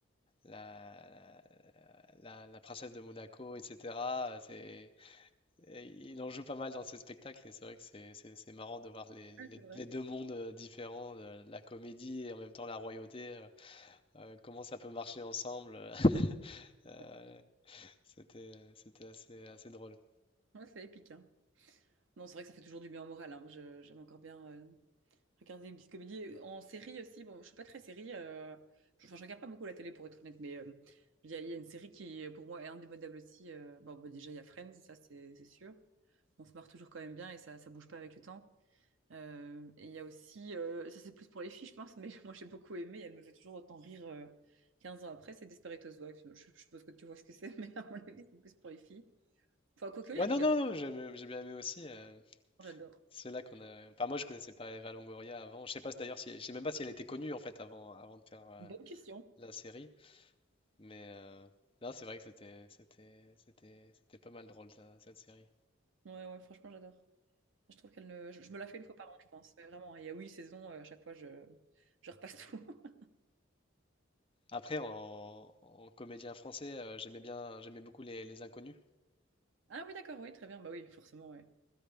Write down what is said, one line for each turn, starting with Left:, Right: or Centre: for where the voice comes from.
Left: La, la, la princesse de Monaco, etc. C'est, Et il en joue pas mal dans ses spectacles et c'est vrai que c'est c'est- c'est marrant de voir les, les-
Right: Ouais, c'est vrai.
Left: les deux mondes euh, différents, euh, la comédie et en même temps la royauté, euh, euh, comment ça peut marcher ensemble. euh, <laughs> euh,
Right: Ouais,
Left: c'était euh, c'était assez, assez drôle.
Right: Ouais, c'est épique, hein. Non, c'est vrai que ça fait toujours du bien au moral, hein. je- j'aime encore bien euh, regarder une petite comédie. En série aussi, bon, je suis pas très série, euh, je, enfin, je regarde pas beaucoup la télé, pour être honnête, mais... euh, Il y, a, il y a une série qui, pour moi, est indémodable aussi. euh, bon, bah, déjà, il y a Friends, ça, c'est c'est sûr. on se marre toujours quand même bien et ça, ça bouge pas avec le temps. Euh, et il y a aussi, euh, ça c'est plus pour les filles, je pense, mais <laughs> moi j'ai beaucoup aimé, elle me fait toujours autant rire euh, 15 ans après, c'est Desperate Housewives. Je, je suppose que tu vois ce que c'est, <laughs> mais à mon avis, c'est plus pour les filles. Enfin, quoique, il
Left: Ouais,
Right: y a
Left: non,
Right: les garçons,
Left: non, non, j'ai j'ai bien aimé aussi. euh,
Right: j'adore.
Left: c'est là qu'on a. Enfin, moi je connaissais pas Eva Longoria avant. Je sais pas si- d'ailleurs, si, je sais même pas si elle était connue en fait avant, avant de faire euh,
Right: Une bonne question.
Left: la série, mais euh, non, c'est vrai que c'était c'était c'était c'était pas mal drôle ça, cette série.
Right: Ouais, ouais, franchement, j'adore. Je trouve qu'elle ne. Je, je me la fais une fois par an, je pense. Mais vraiment, il y a huit saisons, euh, à chaque fois, je, je repasse tout. <laughs>
Left: Après, en, en comédien français, euh, j'aimais bien, j'aimais beaucoup les, les Inconnus
Right: Ah oui, d'accord, oui, très bien. Bah oui, forcément, oui.